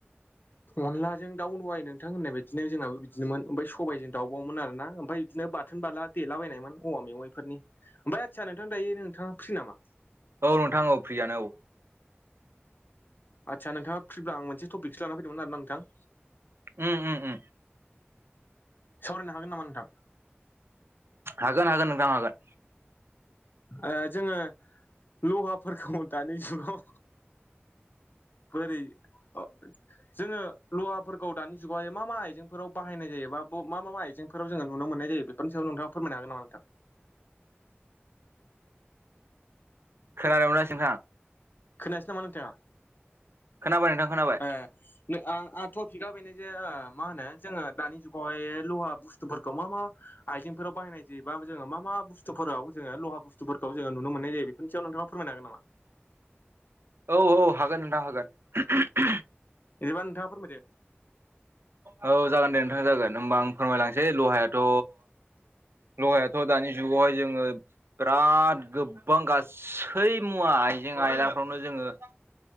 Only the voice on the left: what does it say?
अनलाजों दाउ दहाय नोंथां होननाय बादि बिदिनो जोंनाबो बिदिनोमोन ओमफ्राय सबायजों दावउबावोमोन आरो ना ओमफ्राय बिदिनो बाथोन बाला देलाबायनायमोन औवा मेवाइफोरनि। ओमफ्राय आदसा नोंथां दायो नोंथाङा फ्रि नामा?
आदसा नोंथाङा फ्रिब्ला आं मोनसेटपिकसो लानानै फैदोंमोन आरो ना नोंथां
सावरायनो हागोन नामा नोंथां
<unintelligible> जोङो लहाफोरखौ दानि जुगाव बोरै अ जोङो लहाफोरखौ दानि जुगावहाय मा मा आइजेंफोराव बाहायनाय जायोबा मा मा आइजेंफोराव जोङो। नुनो मोननाय ज बेफोरनि सायाव नोंथा फोरनो हागोन नामा नोंथां?
खोनायासै नामा नोंथाङा
ए टपिकआ बेनो जे मा होनो जोङो दानि जुगावहाय लहा बुस्थुफोरखौ मा मा आइजेंफोराव बाहायनाय जायोबा जो मा मा बस्थुावो लहा बुस्थुफोरखौ जोङो नु मोननाय जायो बे खनसे नोंथाङ फोरमाय हागोनामा
बिदिबा नोंथाङा फोरमायदो